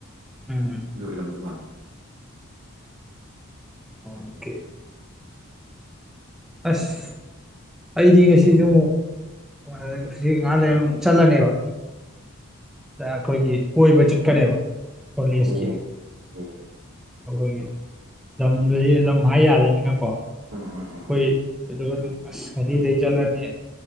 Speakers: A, in the centre; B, on the right (about 85°).
A: ꯎꯝ
B: ꯑꯗꯨ ꯑꯣꯏꯔꯝꯗꯧ ꯃꯥꯜꯂꯦ
A: ꯑꯥ ꯑꯣꯀꯦ ꯑꯁ ꯑꯩꯗꯤ ꯉꯁꯤꯁꯨ ꯑꯃꯨꯛ <unintelligible> ꯍꯧꯖꯤꯛ ꯉꯍꯥꯛ ꯂꯩꯔ ꯑꯃꯨꯛ ꯆꯠꯂꯅꯤꯕ ꯗꯥ ꯑꯩꯈꯣꯏꯒꯤ ꯀꯣꯏꯕ ꯆꯠꯀꯅꯦꯕ ꯀꯣꯂꯦꯖꯀꯤ
B: ꯎꯨꯝ <unintelligible>
A: ꯑꯩꯈꯣꯏꯒꯤ <unintelligible> ꯂꯝ ꯍꯥꯏ ꯌꯥꯗꯕꯅꯤꯅꯀꯣ
B: ꯎꯝ ꯎꯝ ꯎꯝ
A: ꯍꯣꯏ
B: ꯎꯨ
A: ꯑꯗꯨꯝ ꯑꯁ ꯑꯗꯨꯗꯩ ꯆꯠꯂꯅꯤ